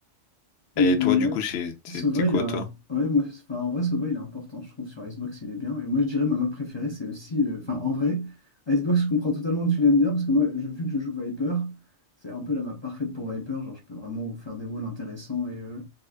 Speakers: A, on the left; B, on the left.
A: Mm,
B: Et toi, du
A: ouais.
B: coup, c'est- t'es
A: Sova,
B: t'es quoi,
A: il a
B: toi?
A: un... ouais, moi, c'est- enfin, en vrai, Sova, il est important, je trouve, sur Icebox, il est bien. Et moi, je dirais, ma map préférée, c'est aussi... euh, Enfin, en vrai, Icebox, je comprends totalement que tu l'aimes bien, parce que moi, je, vu que je joue Viper, c'est un peu la map parfaite pour Viper. Genre, je peux vraiment vous faire des walls intéressants et, euh,